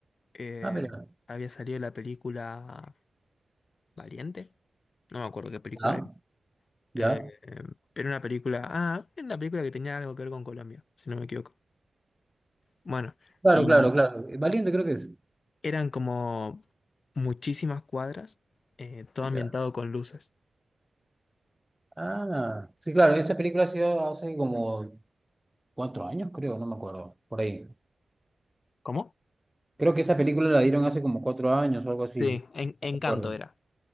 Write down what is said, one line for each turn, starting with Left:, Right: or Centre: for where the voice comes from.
Left: Eh,
Centre: Ah, mira.
Left: había salido la película Valiente, no me acuerdo qué película
Centre: Ya,
Left: era.
Centre: ya.
Left: Eh, pero una película, ah, era una película que tenía algo que ver con Colombia, si no me equivoco. Bueno,
Centre: Claro,
Left: y
Centre: claro, claro. Eh, Valiente creo que es.
Left: Eran como muchísimas cuadras, eh, todo ambientado
Centre: Ya.
Left: con luces.
Centre: Ah, sí, claro. Esa película ha sido hace como cuatro años, creo, no me acuerdo. Por ahí.
Left: ¿Cómo?
Centre: Creo que esa película la dieron hace como cuatro años o algo así.
Left: Sí,
Centre: Sí,
Left: en, Encanto
Centre: No me acuerdo.
Left: era.